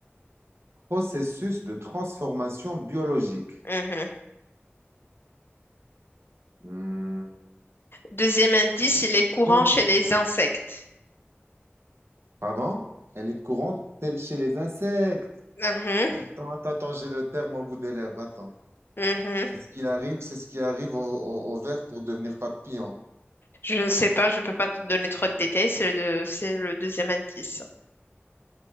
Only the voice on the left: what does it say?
Mhm.
Deuxième indice, il est courant
chez les insectes.
Mhm,
mhm.
Je ne sais pas, je ne peux pas te donner trop de détails. C'est le, c'est le deuxième indice.